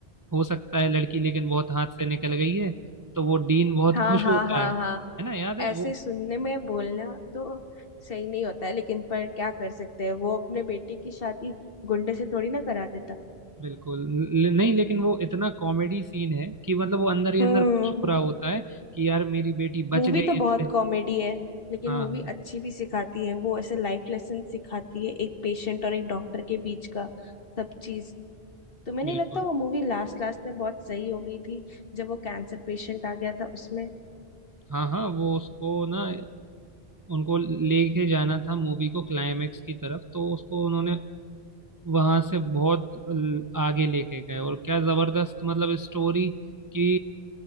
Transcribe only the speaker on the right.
हो सकता है लड़की लेकिन बहुत हाथ से निकल गई है तो वो डीन बहुत
खुश
होता
है
है ना याद है
वो
बिल्कुल ल- नहीं लेकिन वो इतना कॉमेडी सीन है कि मतलब वो अंदर ही
अंदर खुश हो रहा होता है कि यार मेरी बेटी
बच गई
इससे
हाँ
हाँ
बिल्कुल
हाँ हाँ वो उसको ना उनको लेके जाना था मूवी को क्लाइमेक्स की तरफ तो उसको उन्होंने वहां से बहुत ल- आगे लेके गए और क्या जबरदस्त मतलब स्टोरी की